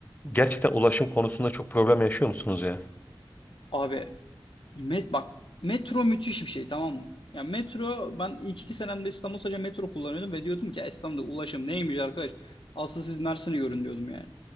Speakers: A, on the left; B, on the left.
A: gerçekten ulaşım konusunda çok problem yaşıyor musunuz ya?
B: Abi Met bak metro müthiş bir şey tamam mı? Ya metro ben ilk iki senemde İstanbul sadece metro kullanıyordum ve diyordum ki "Ya İstanbul'da ulaşım neymiş arkadaş? Asıl siz Mersin'i görün diyordum yani.